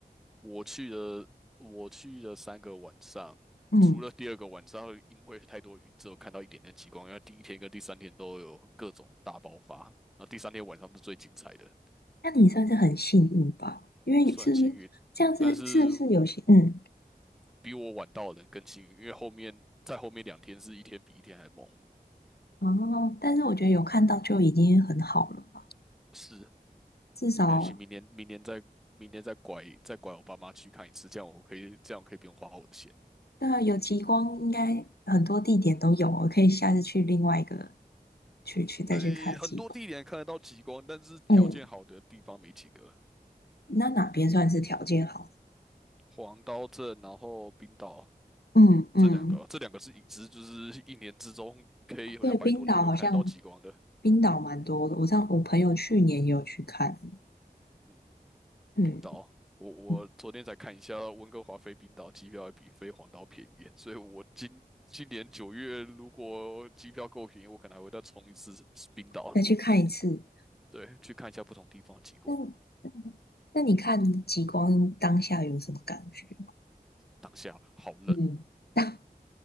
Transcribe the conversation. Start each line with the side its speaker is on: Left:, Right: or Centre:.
Centre: 我去了，我去了三个晚上，
Left: 嗯，
Centre: 除了第二个晚上因为太多云之后看到一点点极光，因为第一天跟第三天都有各种大爆发，然后第三天晚上是最精彩的，
Left: 那你算是很幸运吧，因为是不是这样子？
Centre: 算很幸运，但是
Left: 是不是有些嗯
Centre: 比我晚到的人更幸运，因为后面在后面两天是一天比一天还猛。
Left: 哦？但是我觉得有看到就已经很好了吧，
Centre: 是，
Left: 至少。
Centre: 没关系，明年明年再明年再拐再拐我爸妈去看一次，这样我可以这样我可以不用花我的钱。
Left: 那有极光，应该很多地点都有，我可以下次去另外一个去去再去看极光。
Centre: 呃，很多地点看得到极光，但是条件好的地方没几个。
Left: 嗯，那哪边算是条件好？
Centre: 黄刀镇，然后冰岛
Left: 嗯嗯，
Centre: 这两个，这两个是影子，就是一年之中可以有两百多天都看得到极光的。
Left: 对，冰岛好像冰岛蛮多的，我上我朋友去年也有去看，
Centre: 嗯，
Left: 嗯，
Centre: 冰岛，我我昨天才看一下，
Left: 嗯
Centre: 温哥华飞冰岛机票还比飞黄岛便宜，所以我今今年九月如果机票够便宜，我可能还会再冲一次冰岛，
Left: 再去看一次。
Centre: 对，去看一下不同地方的极光。
Left: 哦，那那你看极光当下有什么感觉吗？
Centre: 当下好冷，
Left: 嗯，<laughs>